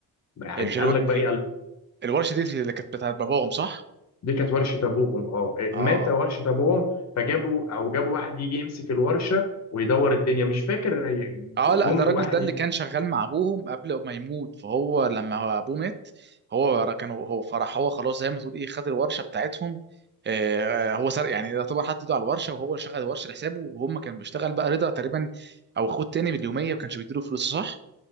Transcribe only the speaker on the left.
يعني
قال لك بقى
إيه
دي كانت ورشة أبوهم أه إيه،
مات ورشة أبوهم فجابوا أو جابوا واحد يجي يمسك الورشة ويدور الدنيا مش فاكر هي
جم
واحد